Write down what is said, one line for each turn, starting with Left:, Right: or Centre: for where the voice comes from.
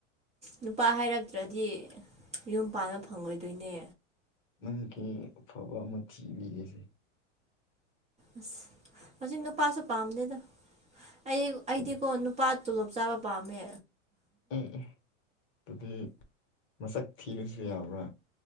Right: ꯅꯨꯄꯥ ꯍꯥꯏꯔꯛꯇ꯭ꯔꯗꯤ ꯌꯨꯝ ꯄꯥꯟꯅ ꯐꯪꯉꯣꯏꯗꯣꯏꯅꯦ
Left: ꯃꯗꯨꯀꯤ ꯑꯐꯕ ꯑꯃ ꯊꯤꯕꯤꯒꯁꯦ
Right: ꯑꯁ ꯍꯧꯖꯤꯛ ꯅꯨꯄꯥꯁꯨ ꯄꯥꯝꯗꯦꯗ ꯑꯩ ꯑꯩꯗꯤꯀꯣ
Left: ꯑꯦ
Right: ꯅꯨꯄꯥ ꯇꯣꯂꯣꯞ ꯆꯥꯕ ꯄꯥꯝꯃꯦ
Left: ꯎꯝ ꯎꯝ ꯑꯗꯨꯗꯤ ꯃꯁꯛ ꯊꯤꯔꯁꯨ ꯌꯥꯕ꯭ꯔꯥ